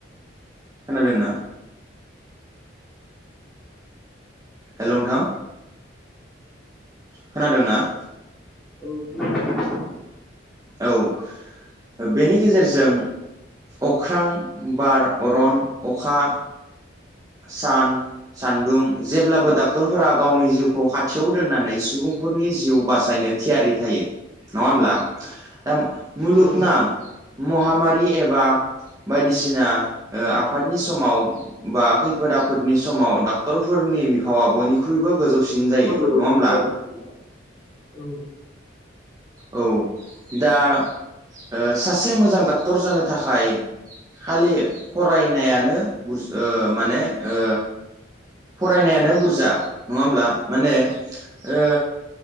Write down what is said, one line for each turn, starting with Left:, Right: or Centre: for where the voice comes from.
Right: खोनादोंना हेल' नोंथां खोनादों ना?
Centre: औ
Right: औ बेनि गेजेरजों अख्रां, बार, अरन, अखा, सान सानदुं जेब्लाबो डाक्टरफोरा गावनि जिउखौ खाथियाव दोननानै सुबुंफोरनि जिउ बासायनो थियारि थायो नङा होमब्ला? दा मुलुगनां
Centre: औ
Right: महामारि एबा बायदिसिना आफादनि समाव बा खैफोद आफोदनि समाव डाक्टरफोरनि बिफावा बयनिख्रुइबो गोजौसिन जायो
Centre: गोदौसिन
Right: नङा होमब्ला
Centre: जायो औ।
Right: औ दा ओ सासे मोजां डाक्टर जानो थाखाय खालि फरायनायानो ओ माने ओ फरायनायानो बुरजा नङा होमब्ला? माने ओ